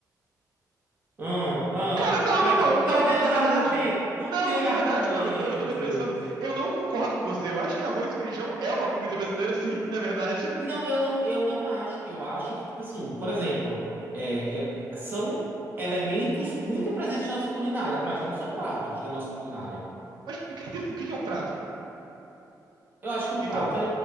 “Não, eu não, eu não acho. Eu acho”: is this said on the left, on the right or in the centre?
Right